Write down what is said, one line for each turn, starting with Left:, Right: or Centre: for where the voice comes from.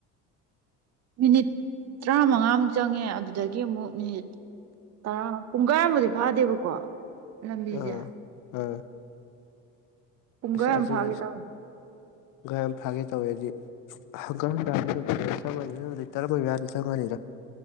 Right: ꯃꯤꯅꯤꯠ ꯇꯔꯥꯃꯉꯥꯃꯨꯛ ꯆꯪꯉꯦ ꯑꯗꯨꯗꯒꯤ ꯑꯃꯨꯛ ꯃꯤꯅꯤꯠ ꯇꯔꯥ ꯄꯨꯡꯈꯥꯏ ꯑꯃꯕꯨꯗꯤ ꯐꯥꯗꯦꯕꯀꯣ ꯂꯝꯕꯤꯁꯦ
Left: ꯑꯥ ꯑꯥ
Right: ꯄꯨꯡꯈꯥꯏ
Left: ꯑꯁ
Right: ꯑꯃ
Left: ꯑꯗꯨꯗꯤ
Right: ꯐꯥꯒꯦ ꯇꯧꯋꯦ
Left: ꯄꯨꯡꯈꯥꯏ ꯑꯃ ꯐꯥꯒꯦ ꯇꯧꯋꯦꯗꯤ ꯍꯪꯒꯠ ꯍꯟꯗ <unintelligible> ꯅꯪ ꯂꯤꯇꯔ ꯑꯃ ꯃꯌꯥꯗꯤ ꯆꯪꯉꯅꯤ